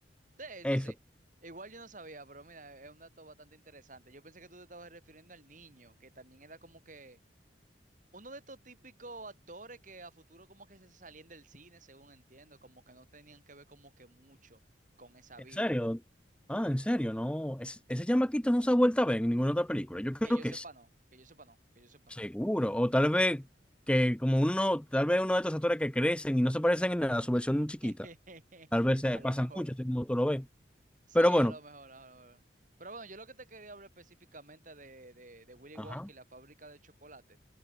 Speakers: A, on the right; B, in the centre.
A: Sí,
B: eso.
A: sí sí. Igual yo no sabía, pero mira, es un dato bastante interesante. Yo pensé que tú te estabas refiriendo al niño, que también era como que uno de estos típicos actores que a futuro como que se salían del cine, según entiendo, como que no tenían que ver como que mucho con esa
B: En
A: vida.
B: serio, ah, en serio, no. Es- ese chamaquito no se ha vuelto a ver en ninguna otra película, yo creo
A: Que yo
B: que
A: sepa
B: sí,
A: no, que yo sepa no, que yo sepa no.
B: seguro, o tal vez que como uno, tal vez uno de estos actores que crecen y no se parecen en nada, a su versión chiquita,
A: <laughs>
B: tal vez se
A: A lo
B: pasan
A: mejor.
B: mucho, así como tú lo ves,
A: Sí,
B: pero bueno.
A: a lo mejor, a lo mejor. Pero bueno, yo lo que te quería hablar específicamente de, de, de Willy
B: Ajá.
A: Wonka y la fábrica de chocolate